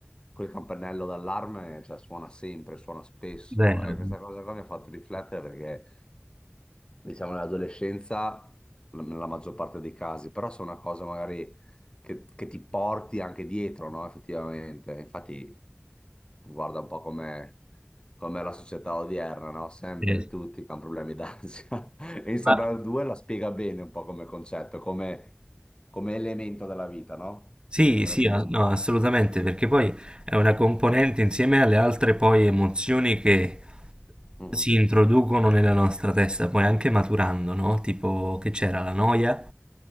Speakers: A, on the left; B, on the right.
A: Quel campanello d'allarme, cioè, suona sempre, suona spesso.
B: Vero.
A: E questa cosa qua mi ha fatto riflettere perché, diciamo, nell'adolescenza, l- nella maggior parte dei casi, però sono una cosa magari che, che ti porti anche dietro, no? Effettivamente. Infatti, guarda un po' come come la società odierna, no? Sempre
B: Eh,
A: tutti con problemi d'ansia. <laughs> E Instagram
B: Ma
A: 2 la spiega bene un po' come concetto, come, come elemento della vita, no?
B: Sì,
A: Che
B: sì,
A: ne pensi?
B: a- no, assolutamente, perché poi è una componente insieme alle altre poi emozioni che
A: Mhm.
B: si introducono nella nostra testa, poi anche maturando, no? Tipo che c'era la noia,